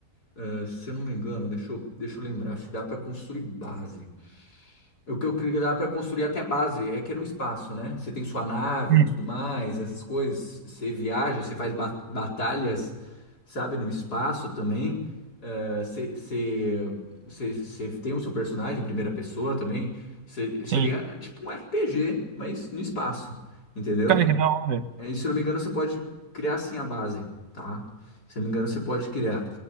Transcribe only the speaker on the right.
Hum,
Sim.
Cara, que da hora.